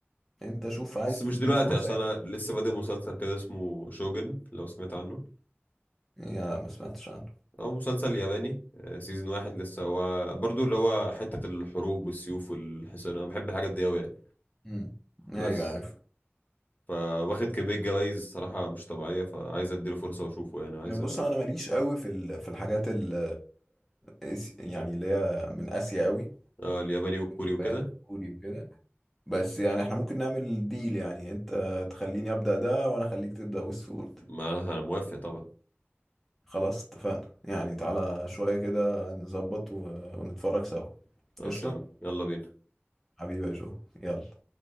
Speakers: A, in the centre; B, on the left (about 40°).
A: انت شوف عايز
B: بس مش
A: تديله
B: دلوقتي
A: فرصة
B: عشان
A: يعني
B: انا لسه بادئ مسلسل كده اسمه شوجن لو سمعت عنه
A: يعني ما سمعتش عنه
B: او مسلسل ياباني آه، سيزون واحد لسه هو برضو اللي هو حتة الحروب والسيوف والحصان انا بحب الحاجات دي اوي يعني
A: امم
B: بس
A: ايوه عارف
B: فواخد كمية جوايز صراحة مش طبيعية فعايز اديله فرصة واشوفه يعني عايز
A: يعني بص
B: أ-
A: انا ماليش قوي في ال- في الحاجات ال إس- يعني اللي هي من اسيا قوي
B: آه الياباني والكوري
A: ياباني
B: وكده
A: كوري وكده بس يعني احنا ممكن نعمل ديل يعني انت تخليني ابدا ده وانا اخليك تبدا ويستورد
B: ما انا موافق طبعا
A: خلاص اتفقنا يعني تعالى شويه كده نظبط و- ونتفرج سوا
B: خلاص
A: قشطه
B: يا عم يلا بينا
A: حبيبي يا جو يلا